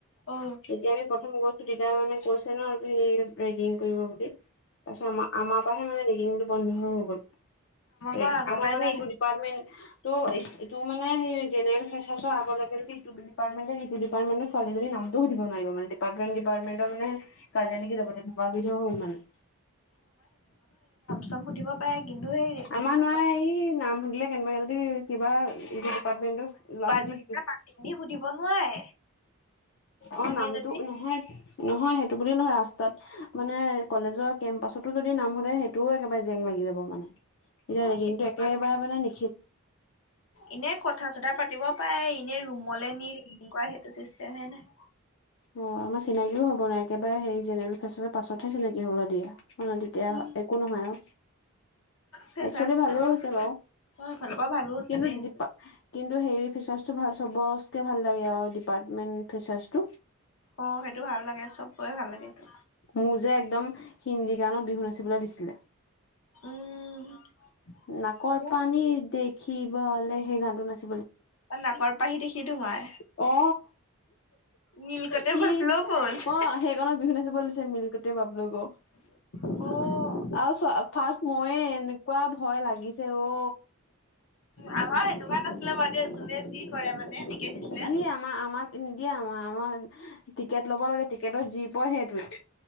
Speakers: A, on the left (about 80°); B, on the left (about 55°).
A: অ
B: এতিয়া আমি প্ৰথম গৈছোঁ তেতিয়া মানে কৈছে ন আৰু তুমি ৰেগিং কৰিব বুলি। তাৰপছত আ আমাৰ পৰাহে মানে ৰেগিংটো বন্ধ হৈ গল। আমাৰ
A: বাৰু আগৰ পৰাই
B: মানে
A: নাই
B: এইটো ডিপাৰ্টমেণ্টটো এইটো মানে সেইে জেনেৰেল ফেচাৰ্চৰ আগেটো ডিপ্টামেণ্ট সেইটো ডিপ্টামেণ্ট ছোৱালীজনীৰ নামটো সুধিব নাই। ডিপ্টামেণ্ট ডিপ্টামেণ্টৰ মানে কাজিয়া লাগি যাব তেনেকোৱাই বিধৰ হ'ল মানে।
A: চ সুধিব পাৰে। কিন্তু সেই ৰেগিং
B: আমাৰ
A: নকৰে
B: নোৱাৰ এই নাম শুধিলে কেনেবাকে যদি কিবা ডিপাৰ্টমেন্টৰ ল'ৰা ছোৱালী
A: পাতিখিনি
B: সিটো
A: সুধিব নোৱাৰে।
B: অ
A: এনে
B: নামটো
A: যদি
B: নহয় নহয় সেইটো বুলি নহয় ৰাস্তাত। মানে কলেজৰ কেম্পাচতো যদি নাম সোধে। তটো একেবাৰে জেং লাগি যাব মানে তেতিয়া
A: অ
B: ৰেগিংটো
A: সেইটোকাৰণ
B: একেবাৰে মানে নিখিত।
A: এনে কথা চটা পাতিব পাৰে এনে ৰুমলৈ নি ৰেগিং কৰা সেইটো চিষ্টেম হে নাই।
B: অ আমাৰ চিনাকিও হ'ব নাই একেবাৰে সেই জেনেৰেল ফেচাৰ্চৰ পাছতহে চিনাকি হ'বলে দিয়ে। হয় ন তেতিয়া
A: উম
B: একো নহয় আৰু
A: ফেচাৰ্চ
B: একচুৱেলি ভালেও
A: অলপ
B: হৈছে বাৰু
A: অ এইফালৰ পৰা ভালো হৈছে
B: কিন্তু
A: দেই সেইটো
B: কিন্তু সেই ফিচ্বচটো ভাল। চবতকে ভাল লাগে আৰু ডিপাৰ্টমেন্ট ফাচেৱাস্তটো।
A: অ সেইটো ভাল লাগে চবয়ে ভাল লাগেটো।
B: মুজে একদম হিন্দী গানত বিহু নাচিবলে দিছিলে।
A: উম
B: নাকৰ
A: মোৰ
B: পানী দেখিবলে সেই গানটো নাছিল।
A: ত নাগৰ পাহি দেখি। তোমাৰ
B: অ
A: নীলকতে
B: কি
A: বাফ্লো প'জ
B: অ সেইকণত বিহু নাচিব লৈছে মিলি গোতে বাবলু গ
A: অ'
B: আৰু চোৱা ফাৰ্ষ্ট ময়ে কোৱা ভয় লাগিছে অ
A: আমাৰ সনেকুৱা নাছিলে বাৰু দেই যোনে যি কৰে মানে দিছিলে।
B: সি আমাৰ আমাক নিদিয়ে আমাৰ আৰ টিকেট ল'ব লাগে টিকেটৰ যি পয় সেইটোৱে